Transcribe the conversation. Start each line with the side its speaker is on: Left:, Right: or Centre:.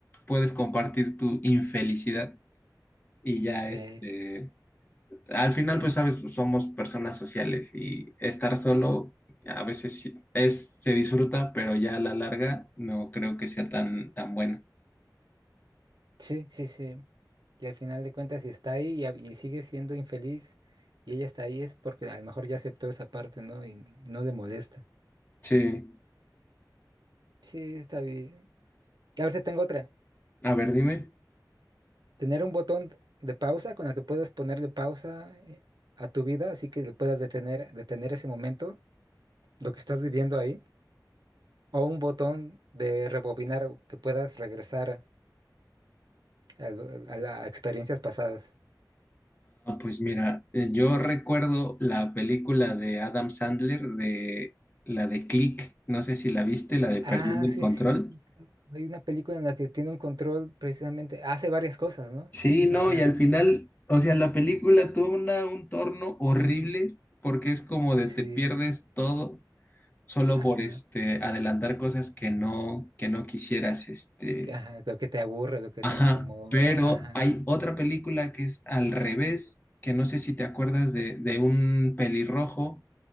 Left: puedes compartir tu infelicidad. Y ya
Right: Eh,
Left: este, al final,
Right: eh,
Left: pues sabes, somos personas sociales y estar solo a veces sí es, se disfruta, pero ya a la larga no creo que sea tan, tan bueno.
Right: sí, sí, sí. Y al final de cuentas, si está ahí y, a- y sigue siendo infeliz y ella está ahí, es porque a lo mejor ya aceptó esa parte, ¿no? Y no le molesta.
Left: Sí.
Right: Sí, está bien. Y ahorita tengo otra.
Left: A ver, dime.
Right: Tener un botón de pausa con el que puedas ponerle pausa eh, a tu vida, así que le puedas detener, detener ese momento, lo que estás viviendo ahí. O un botón de rebobinar que puedas regresar a, a la- a experiencias pasadas.
Left: Ah, Pues mira, eh, yo recuerdo la película de Adam Sandler de la de Click, no sé si la viste, la de Perdiendo
Right: Ah, sí,
Left: el Control.
Right: es cierto. Hay una película en la que tienen control precisamente, hace varias cosas, ¿no?
Left: Sí, no,
Right: Ajá,
Left: y al final, o sea, la película tuvo una, un torno horrible porque es como de
Right: sí,
Left: te pierdes todo solo
Right: ajá,
Left: por este adelantar cosas que no que no quisieras, este,
Right: que- ajá, lo que te aburre, lo que
Left: ajá,
Right: te incomoda,
Left: pero
Right: ajá.
Left: hay otra película que es al revés, que no sé si te acuerdas de de un pelirrojo